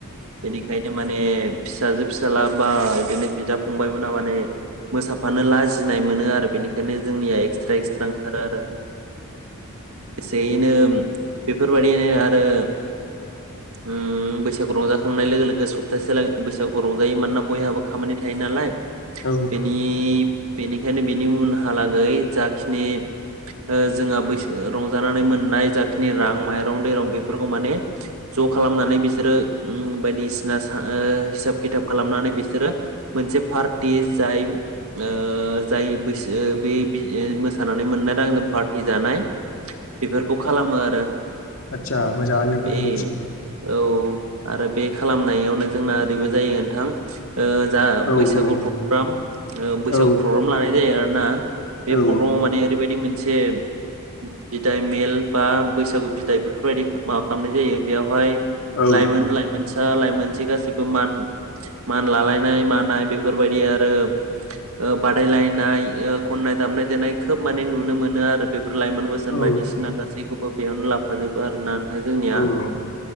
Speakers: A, on the right (about 70°); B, on the left (about 65°).
A: बेनिखायनो माने फिसाजो फिसाला बा बिदिनो बिदा फंबायमोना माने मोसाफानो लाजिनाय मोनो आरो बेनिखायनो जोंनिया एक्सट्रा एक्सट्रा ओंखारो आरो एसे नोम बेफोरबायदिनो आरो उम बैसागु रंजाखांनाय लोगो लोगो सप्तासे लागै बैसागु रंजायो मानोना बयहाबो खामानि थायो नालाय।
B: औ
A: बेनि बेनिखायनो बिनि उनहालागै जाखिनि ओ जोंहा बैसो रंजानानै मोननाय जाखिनि रां माइरं दैरं बेफोरखौ माने ज' खालामनानै बिस बिसोरो ओम बायदिसिना ओ हिसाब खिथाब खालामनानै बिसोरो मोनसे पार्टि जाय ओ जाय बैसो बे-बे ओ मोसानानै मोननाय रांजों पार्टि जानाय। बेफोरखौ खालामो आरो।
B: आतसा मोजांआनो नोंथांमोननिसिम
A: बे औ आरो बे खालामनायावनो जोंना ओरैबो जायो नोंथां ओ जा
B: औ
A: बैसागु
B: बुंलाय नोंथां
A: प्रग्राम ओ बैसागु
B: औ
A: प्रग्राम लानाय जायो आरो ना बे
B: औ
A: प्रग्रामाव माने ओरैबायदि मोनसे एम बिदाय मेल बा बैसागु बिदाय बेफोरबायदि माबा खालामनाय जायो बेयावहाय
B: औ
A: लाइमोन लाइमोनसा लाइ मोनसे गासिबो मान मान लालायनाय मानाय बेफोरबायदि आरो ओ बादायलायनाय ओ खननाय दामनाय देनाय खोब माने नुनो मोनो आरो बेफोर लाइमोन बोसोन
B: औ
A: बायदिसिना गासै खौबो बेयावनो लाफाजोबो आरो ना आरो जोंनिया
B: औ औ